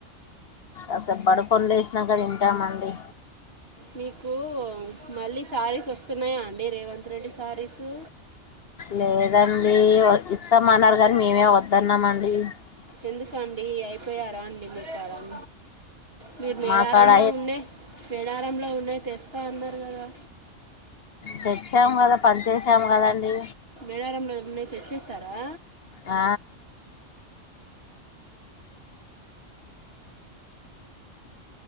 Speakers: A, on the left (about 60°); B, on the right (about 50°).
A: అసలు బడి పనులు చేసినంకా తింటామండి
B: మీకు మళ్ళీ శారీస్ వస్తున్నాయా అండి రేవంత్ రెడ్డి శారీసు
A: లేదండి ఇస్తామన్నారు కానీ మేమే వద్దన్నామ అం <unintelligible>
B: ఎందుకండి అయిపోయారా అండి మీట్ కారం మీరు మేడారంలో
A: మా కాడ
B: ఉనే మేడారంలో ఉన్నాయి తెస్త రా అన్నారు కదా
A: తెచ్చాము కదా పని చేశాము కదండి
B: ఏడారంలో ఉన్నాయి తెపిస్తారా
A: ఆ